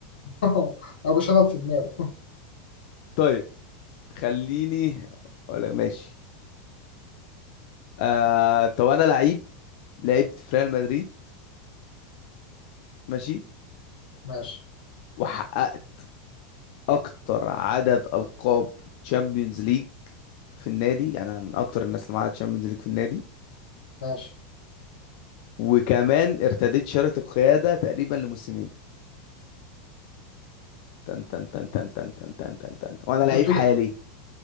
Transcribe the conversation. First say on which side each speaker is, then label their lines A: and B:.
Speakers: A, on the left; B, on the left.
A: <laughs> ابو شنب في دماغه
B: طيب خليني اقول لك ماشي آه طب انا لعيب لعبت في ريال مدريد ماشي
A: ماشي
B: وحققت اكتر عدد القاب تشامبيونز ليج في النادي يعني انا من اكتر الناس اللي معاها تشامبيونز ليج في النادي
A: ماشي
B: وكمان ارتديت شارة القيادة تقريبا لموسمين تن تن تن تن تن تن تن تن تن وانا
A: انت
B: لعيب
A: بتقول
B: حالي